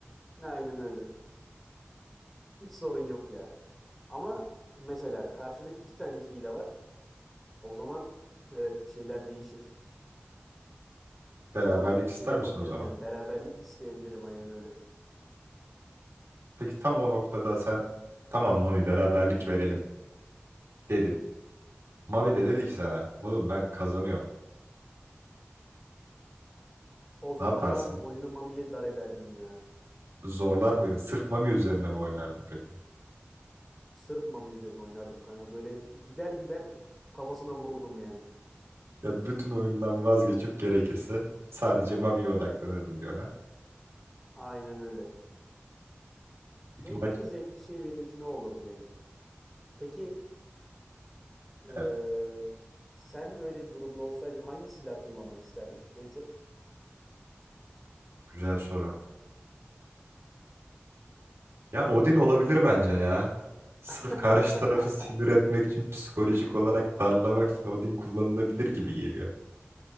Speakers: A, in the centre; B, on the right (about 80°).
A: Aynen öyle. Hiç sorun yok ya. Ama mesela karşıda iki tane hile var. O zaman evet bir şeyler değişir.
B: Beraberlik
A: O zaman
B: ister
A: şey yapabilirim
B: misin o zaman?
A: yani beraberlik isteyebilirim aynen öyle.
B: Peki tam o noktada sen tamam Mami beraberlik verelim dedin. Mami de dedi ki sana oğlum ben kazanıyorum.
A: O zaman
B: Ne yaparsın?
A: oyunu Mami'ye dar ederdim ya.
B: Zorlar mıydın? Sırf Mami üzerine mi oynardın peki? <laughs>
A: Sırf Mami üzerine oynardım kanka. Böyle gider gider kafasına vururdum yani.
B: Ya bütün oyundan vazgeçip gerekirse sadece Mami'ye odaklanırdım diyor ona.
A: Aynen öyle.
B: Peki
A: En,
B: maç
A: en zevkli şey benim için o olurdu yani. Peki eee,
B: evet
A: sen öyle bir durumda olsaydın hangi silah kullanmak isterdin en çok?
B: güzel soru. Ya Odin olabilir bence ya. Sırf
A: <laughs>
B: karşı tarafı sinir etmek için psikolojik olarak darlamak için Odin kullanılabilir gibi geliyor.